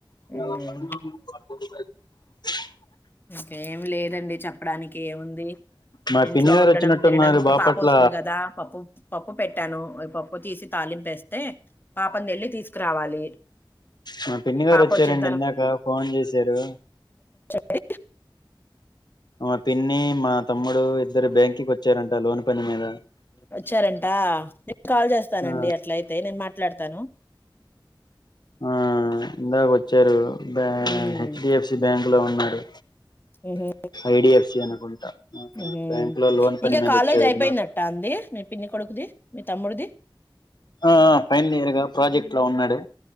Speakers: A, on the left; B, on the left.
A: <unintelligible>
B: ఉమ్, ఇంకేం లేదండి చెప్పడానికి ఏము
A: మా
B: ఇంట్లో
A: పిన్ని గారు
B: ఉండడం
A: వచ్చినట్టున్నారు
B: తినడం ఇప్పుడు
A: బాపట్ల
B: పాప వస్తుంది కదా పప్పు పప్పు పెట్టాను పప్పు తీసి తాలింపేస్తే పాపని జెల్లి తీసుకురావాలి
A: మా పిన్ని గారు
B: పాప
A: ఒచ్చారండి
B: వచ్చిన
A: ఇందాక ఫోన్ చేసి జరు
B: పే
A: మా పిన్ని మా తమ్ముడు ఇద్దరు బ్యాంక్కి వచ్చారంట లోన్ పని మీద
B: వచ్చారంటా కాల్ చేస్తానండి
A: ఆ
B: అట్ల అయితే నేను మాట్లాడతాను
A: ఆ ఇందాక వచ్చారు బ
B: హ్మ్
A: హెచ్డఎఫ్సి బ్యాంక్ లో ఉన్నారు
B: ఉహు
A: ఐడిఎఫ్సి అనుకుంట
B: ఉహు
A: బ్యాంక్ లో లోన్ పని
B: ఇంకా
A: మీద
B: కాలేజ్
A: వచ్చేది
B: అయిపోయిందట్ట
A: నాకు
B: అంది మీ పిన్ని కొడుకుది, మీ తమ్ముడిది.
A: ఆ ఫైనల్ ఇయర్ గా ప్రాజెక్ట్ లో ఉన్నాడు